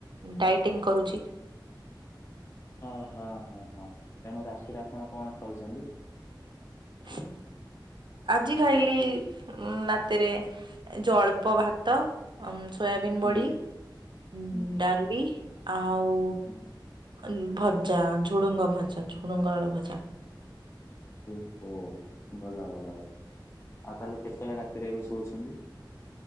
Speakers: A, on the right; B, on the left.
A: ଡାଇଟିଂ କରୁଛି।
B: ଓହୋ ହଁ ହଁ ତେଣୁ ରାତିରେ ଆପଣ କଣ ଖାଉଚନ୍ତି?
A: ହୁଁ ଆଜି ଖାଇଲି ଉଁ ରାତିରେ ଯୋଉ ଅଳ୍ପ ଭାତ। ଅମ୍ ସୋୟାବିନ୍ ବଡି
B: ହୁଁ
A: ଉଁ
B: ହୁଁ
A: ଡାଲି ଆଉ
B: ହୁଁ
A: ଉଁ ଭଜା ଝୁଡୁଙ୍ଗ ଭଜା ଝୁଡୁଙ୍ଗ ଆଳୁ ଭଜା।
B: ଓହୋ ଭଲ ଭଲ ଭଲ୍ ଆଉ ତାହେଲେ କେତେଳେ ରାତିରେ ଏବେ ଶୋଉଛନ୍ତି?